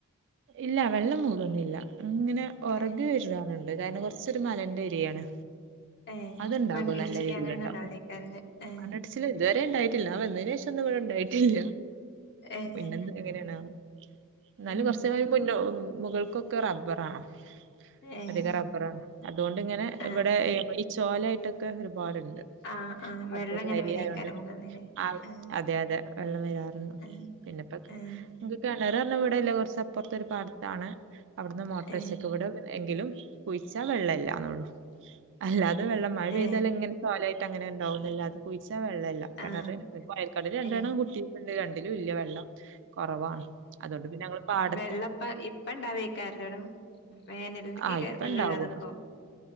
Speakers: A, on the right (about 55°); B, on the left (about 50°).
A: ഇല്ല വെള്ളം മൂടൊന്നില്ല ഇങ്ങനെ ഒറക്
B: ഏഹ്
A: വരാറുണ്ട്. കാരണം കുറച്ചൊരു മലന്റെ ഏരിയാണ്.
B: ഏഹ്
A: അത്ണ്ടാകും
B: മണ്ണിടിച്ചില്
A: നല്ല രീതീൽ
B: അങ്ങനെയൊന്നും
A: ഇണ്ടാവും
B: ഉണ്ടാവില്ലേക്കാരല്ലേ ഏഹ്
A: മണ്ണടിച്ചില് ഇതുവരെ ഇണ്ടായിട്ടില്ല. ഞാൻ വന്നേന് ശേഷം ഒന്നും ഇവിടെ ഇണ്ടായിട്ടില്ല
B: ഏഹ്
A: പിന്നെ എന്ത എങ്ങനേ ണാവോ എന്നാലും.
B: ഏഹ്
A: മുന്നെ മുകൾക്കൊക്കെ റബ്ബറാണ്.
B: ഏഹ്
A: അധികം റബറാണ് അതുകൊണ്ട് ഇങ്ങനെ
B: ആഹ്
A: ഇവിടെ ഈ ചോലായിട്ടൊക്കെ. പോലണ്ട്.
B: ആഹ് ആഹ്
A: അപ്പോ
B: വെള്ളം ഇങ്ങനെ
A: വെരായൊണ്ട്
B: വരേക്കാരം മുകളിന്ന് ല്ലേ
A: ആ
B: ആഹ്
A: അതെ അതെ വെള്ളം വരാരുന്നു.
B: ആഹ്
A: പിന്നെപ്പൊ
B: ആഹ്
A: കെ കിണർ പറഞ്ഞ ഇവിടല്ല കുറച്ച് അപ്പറത്തൊരു പാടത്താണ് അവിടുന്ന് മോട്ടോർ
B: ഏ
A: വച്ചക്കാണ് ഇവിടെ എങ്കിലും. കുഴിച്ചാൽ വെള്ളല്ലാന്നൊള്ളൂ അല്ലാതെ വെള്ളം മഴ പെയ്തൽ
B: ഏ
A: ഇങ്ങനെ ചോലായി. ട്ടങ്ങനെ ഇണ്ടാവുന്നല്ലാതെ കുഴിച്ചാ വെള്ളല്ല കിണർ
B: ആഹ്
A: കൊയൽ കെണർരണ്ടെണ്ണം
B: ഏ
A: കുത്തിട്ടുണ്ട് രണ്ട്. ഇല്ല വെള്ളം കുറവാണ് അതുകൊണ്ട്ന്നെ പിന്നെ ഞങ്ങൾ പാട
B: വെള്ളം ഇപ്പം ഇണ്ടാവേക്കാറല്ലോടോ വേനല്ക്കാകും
A: ആ ഇപ്പ
B: വെള്ളം
A: ഇണ്ടാവും
B: ഇല്ലാതെക്ക